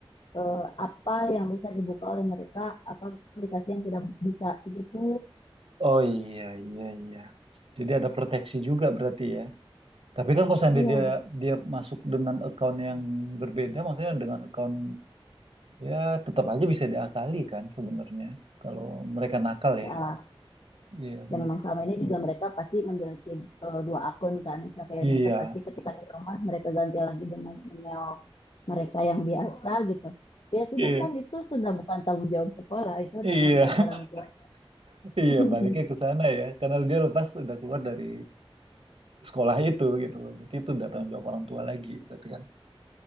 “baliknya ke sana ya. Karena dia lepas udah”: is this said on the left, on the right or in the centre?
Right